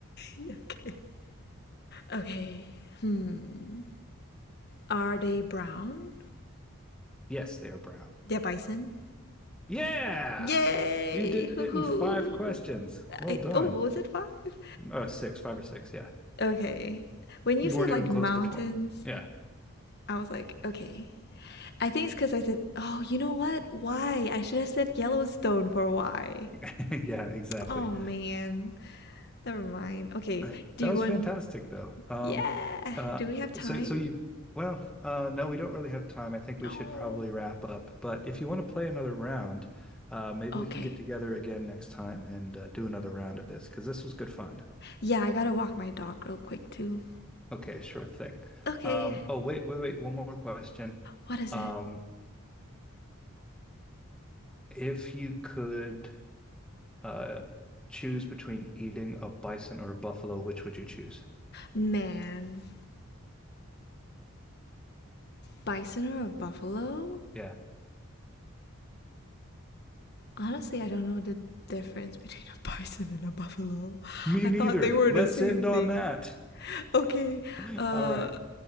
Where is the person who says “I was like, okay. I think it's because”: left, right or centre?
Left